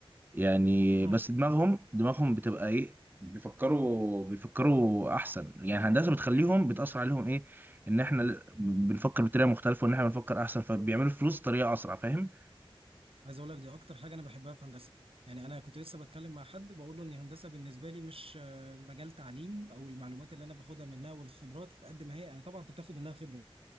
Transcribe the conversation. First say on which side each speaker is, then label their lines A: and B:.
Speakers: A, on the right (about 20°); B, on the right (about 75°).
A: يعني
B: مم.
A: بس دماغهم دماغهم بتبقى ايه بيفكروا بيفكروا احسن يعني الهندسه بتخليهم بتاثر عليهم ايه ان احنا ل- بنفكر بطريقه مختلفه وان احنا بنفكر احسن فبيعملوا فلوس بطريقه اسرع فاهم
B: عايز اقول لك دي اكتر حاجه انا بحبها في هندسه يعني انا كنت لسه بتكلم مع حد بقول له ان هندسه بالنسبه لي مش آه، مجال تعليم او المعلومات اللي انا باخدها منها والخبرات قد ما هي انا طبعا انت بتاخد منها خبره